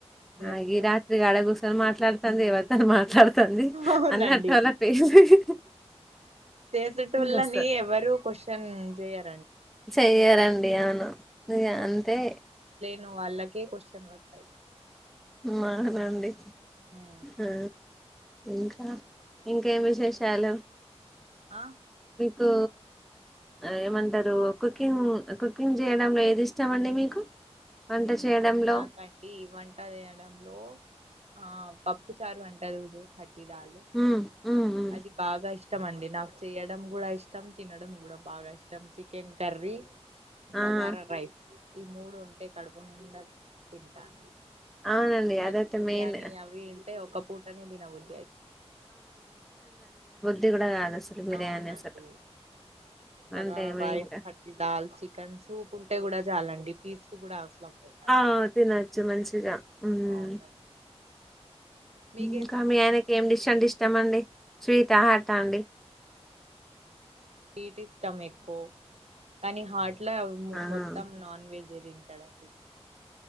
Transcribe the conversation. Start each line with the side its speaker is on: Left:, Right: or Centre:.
Right: చేసుకోవాలండి
Centre: అ ఈ రాత్రి గాడ గుస్సోని మాట్లాడ సందేహపడతందిమా మాట్లాడతాంది
Right: అవునండి
Centre: అన్ని <inaudible> నాఫేస్ చూసి
Right: చేసేటోళ్ళని
Centre: వస్త
Right: ఎవరు కోషన్ చేయరు.
Centre: చెయ్యరండి అవును ఇగ అంతే
Right: నొ వాళ్లకే కొషన్లు వస్తయి.
Centre: మానండి
Right: ఉమ్,
Centre: ఆ ఇంకా ఇంకేం విశేషాలు
Right: ఆ
Centre: గ ఆ ఏమంటరు. కుకింగ్ కుకింగ్ చేయడంలో ఏది ఇష్టం అండి మీకు. వంట
Right: నేనా
Centre: చేయడంలో
Right: నాకండి వంట చేయడం హలో ఆ పప్పు చారు అంటరు చూడు.
Centre: ఉమ్, ఉమ్, ఉమ్.
Right: అది బాగా ఇష్టం అండి నా చెయ్యడం కూడా ఇష్టం తినడం కూడా బాగా ఇష్టం చికెన్ కర్రీ బగారా
Centre: ఆ
Right: రైస్ ఈ మూడు ఉంటే కడుపు నిండా తింటా అండి
Centre: అవునండి అదైతే
Right: అది బిర్యానీ
Centre: మెయిన్
Right: అవి ఉంటే ఒక పూటనే తినవుద్
Centre: ది కూడా కాదు అసలు బిర్యానీ
Right: అవునాండి
Centre: అసలు అంటే
Right: బగారా
Centre: ఏమ
Right: రైస్
Centre: ఇంకా
Right: కటి దాల్ చికెన్ సూప్ ఉంటే కూడా చాలండి పీస్లు కూడా లేదండి
Centre: ఆ
Right: నాకు
Centre: తినొచ్చు మంచిగా మ్మ్
Right: అవునండి మీకే
Centre: ఇంకా మీ అయినకి ఏం డిష్ అంటే ఇష్టం అండి స్వీట్ ఆ హార్ట్ ఆ అండి
Right: స్వీట్ ఇష్టం మే ఓ కానీ హాట్ ఇట్లా
Centre: ఆహా,
Right: మొత్తం నాన్ వెజ్ జే తింటడండి